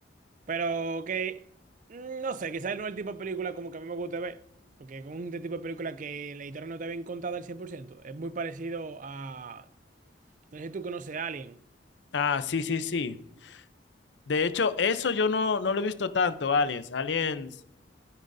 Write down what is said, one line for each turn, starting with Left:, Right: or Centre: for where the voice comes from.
Right: Pero que, mm, no sé, quizás no es el tipo de película como que a mí me gusta ver. Porque es un tipo de película que la historia no está bien contada al cien por ciento Es muy parecido a... No sé si tú conoces a Alien.
Left: Ah, sí, sí, sí. De hecho, eso yo no, no lo he visto tanto, Aliens. Aliens,